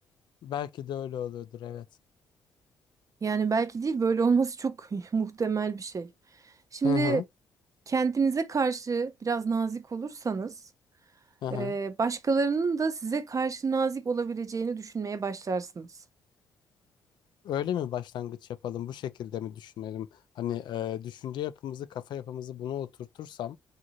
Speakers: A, on the left; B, on the right.
A: Belki de öyle oluyordur evet.
B: Yani belki değil, böyle olması çok <laughs> muhtemel bir şey. Şimdi
A: Hı hı.
B: kendinize karşı biraz nazik olursanız,
A: Hı hı.
B: eee, başkalarının da size karşı nazik olabileceğini düşünmeye başlarsınız.
A: Öyle mi başlangıç yapalım? Bu şekilde mi düşünelim? Hani e, düşünce yapımızı, kafa yapımızı buna oturtursam